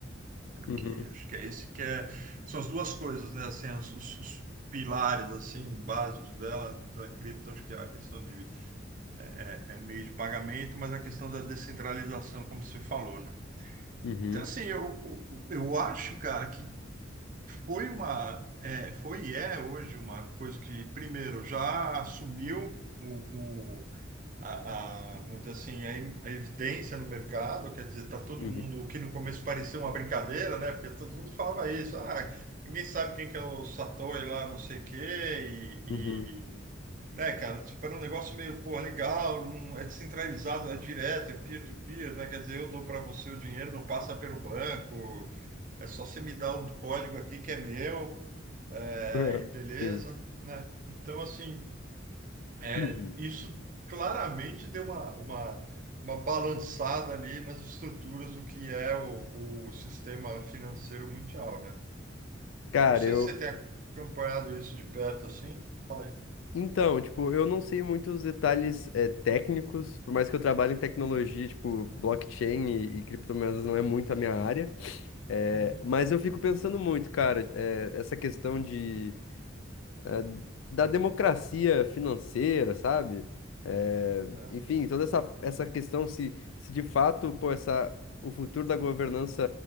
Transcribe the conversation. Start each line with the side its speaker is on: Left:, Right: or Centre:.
Right: Porque
Left: Uhum,
Right: acho que é esse que é, são as duas coisas, né? Assim, os, os- os pilares assim básicos dela, da cripto, acho que é a questão de é é meio de pagamento, mas a questão da descentralização, como você falou, né?
Left: uhum,
Right: Então, assim, eu, eu, eu acho, cara, que Foi uma, é, foi e é hoje uma coisa que, primeiro, já assumiu o, o- a, a, vamos dizer assim, a, em- a evidência no mercado, quer dizer, tá todo
Left: uhum.
Right: mundo, o que no começo parecia uma brincadeira, né? Porque todo mundo falava isso, ah, ninguém sabe quem que é o Satoshi lá, não sei o quê, e,
Left: Uhum.
Right: e, né, cara, tipo, era um negócio meio, pô, legal, não, é descentralizado, é direto, é peer-to-peer, né? Quer dizer, eu dou para você o dinheiro, não passa pelo banco, é só você me dar um código aqui que é meu é,
Left: <laughs>
Right: e beleza,
Left: Sim.
Right: né? Então, assim, é,
Left: Hum.
Right: isso claramente deu uma, uma, uma balançada ali nas estruturas do que é o, o sistema financeiro mundial, né?
Left: Cara,
Right: Eu Não sei
Left: eu.
Right: se você tem acompanhado isso de perto assim. Fala aí.
Left: Então, tipo, eu não sei muitos detalhes eh, técnicos, por mais que eu trabalhe em tecnologia, tipo, blockchain e, e criptomoedas não é muito a minha área. eh,
Right: Uhum.
Left: mas eu fico pensando muito, cara, eh, essa questão de, eh, da democracia financeira, sabe? Eh,
Right: Aham.
Left: enfim, toda essa, essa questão se, se de fato, pô, essa, o futuro da governança,